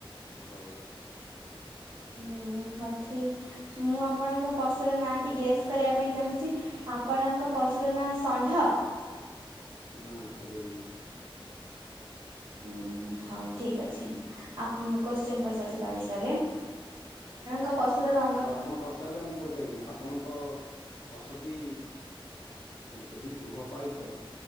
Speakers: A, on the left; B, on the right.
A: ହଉ
B: ଉଁ ହଉଛି। ମୁଁ ଆପଣଙ୍କ ପଶୁର ନାଁଟି ଗେସ୍ କରିବା ପାଇଁ ଚାହୁଁଛି। ଆପଣଙ୍କ ପଶୁ ର ନାଁ ଷଣ୍ଢ?
A: ନା କେବେ ବି ନହଁ।
B: ଉଁ ହଉ ଠିକ ଅଛି। ଆ କୋଶ୍ଚିନ୍ ପଚାରୁଛି ତା ବିଷୟରେ। <inaudible> ପଶୁର ର-
A: ଆଉ ଆପଣ ପଚାରିଲେ ମୁଁ ପଚାରିବିନି। ଆପଣଙ୍କ ପଶୁଟି ଯଦି ଗୃହପାଳିତ-